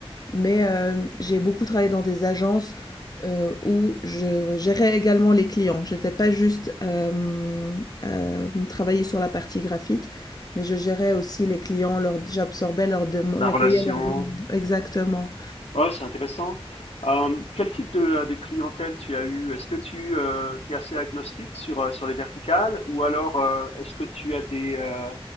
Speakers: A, on the left; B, on the left.
A: Mais, heu, j'ai beaucoup travaillé dans des agences, heu, où je gérais également les clients. J'étais pas juste, hem, hem, travailler sur la partie graphique, mais je gérais aussi les clients, leurs j'absorbais leurs demandes,
B: La
A: j'accueillais
B: relation.
A: leurs demandes. Exactement.
B: Ouais, c'est intéressant. Euh, quel type de, euh, de clientèle tu as eu? Est-ce que tu es assez agnostique sur, euh, sur les verticales ou alors euh, est-ce que tu as des, euh,